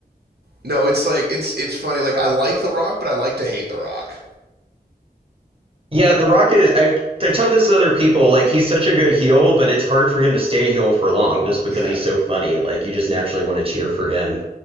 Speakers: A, on the right; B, on the right.
A: No, it's like it's it's funny. Like I like The Rock, but I like to hate The Rock.
B: Yeah, The Rock is. I've I've talked to this with other people. Like he's such a good heel, but it's hard for him to stay heel for long just because
A: Yeah,
B: he's so funny. Like you just naturally want to cheer for him.